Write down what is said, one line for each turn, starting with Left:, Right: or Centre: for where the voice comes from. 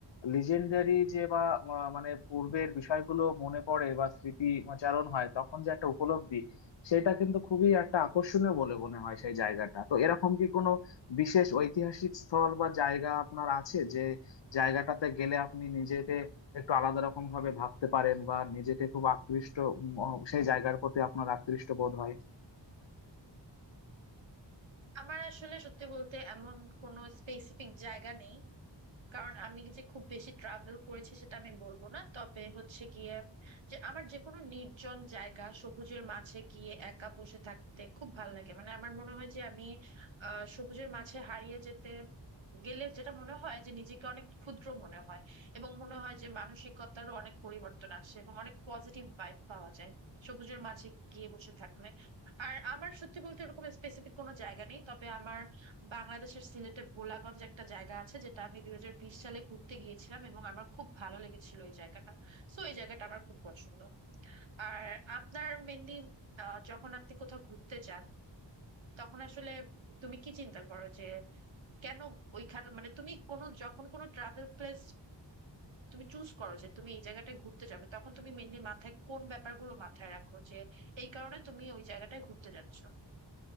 Left: লিজেন্ডারি যে বা আহ, মানে পূর্বের বিষয়গুলো মনে পড়ে বা স্মৃতিচারণ হয় তখন যে একটা উপলব্ধি সেটা কিন্তু খুবই একটা আকর্ষণীয় বলে মনে হয় সেই জায়গাটা তো এরকম কি কোনো বিশেষ ঐতিহাসিক স্থল বা জায়গা আপনার আছে যে জায়গাটাতে গেলে আপনি নিজেকে একটু আলাদা রকম ভাবে ভাবতে পারেন বা নিজেকে খুব আকৃষ্ট উম, সেই জায়গার প্রতি আপনার আকৃষ্ট বোধ হয়
Right: আমার আসলে সত্যি বলতে এমন কোনো স্পেসিফিক জায়গা নেই কারণ আমি যে খুব বেশি ট্রাভেল করেছি সেটা আমি বলবো না তবে হচ্ছে গিয়ে যে আমার যে কোনো নির্জন জায়গা সবুজের মাঝে গিয়ে একা বসে থাকতে খুব ভালো লাগে মানে আমার মনে হয় যে আমি আহ সবুজের মাঝে হারিয়ে যেতে গেলে যেটা মনে হয় যে নিজেকে অনেক ক্ষুদ্র মনে হয় এবং মনে হয় যে মানসিকতারও অনেক পরিবর্তন আসে এবং অনেক পজিটিভ ভাইব পাওয়া যায় সবুজের মাঝে গিয়ে বসে থাকলে আর আমার সত্যি বলতে এরকম স্পেসিফিক কোনো জায়গা নেই তবে আমার বাংলাদেশের সিলেটে ভোলাগঞ্জ একটা জায়গা আছে যেটা আমি দুই হাজার বিশ সালে ঘুরতে গিয়েছিলাম এবং আমার খুব ভালো লেগেছিল এই জায়গাটা সো এই জায়গাটা আমার খুব পছন্দ আর আপনার মেনলি যখন আপনি কোথাও ঘুরতে যান তখন আসলে তুমি কি চিন্তা করো যে কেন ওইখানে মানে তুমি কোনো যখন কোনো ট্রাভেল প্লেস তুমি চুজ করো যে তুমি এই জায়গাটায় ঘুরতে যাবে তখন তুমি মেনলি মাথায় কোন ব্যাপারগুলো মাথায় রাখো যে এই কারণে তুমি ওই জায়গাটায় ঘুরতে যাচ্ছ